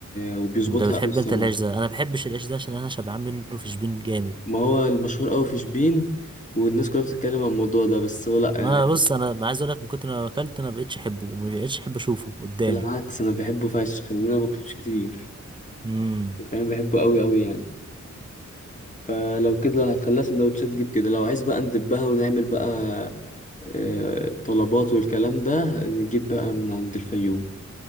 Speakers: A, on the left; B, on the right.
A: وبيظبطها
B: انت بتحب
A: أوي الصراحة
B: انت العيش ده انا ما بحبش العيش ده عشان انا شبعان منه في شبين جامد
A: ما هو المشهور قوي في شبين والناس كلها بتتكلم عن الموضوع ده بس هو لا
B: وانا
A: آه،
B: بص انا عايز اقول لك من كتر ما اكلت انا ما بقتش احبه وما بقتش احب اشوفه قدامي
A: بالعكس انا بحبه فشخ لان انا باكلش كتير
B: امم
A: فاهم بحبه قوي قوي يعني فلو كده لو هتخليها سندوتشات جيب كده لو عايز بقى ندبها ونعمل بقى آه، طلبات والكلام ده نجيب بقى من عند الفيوم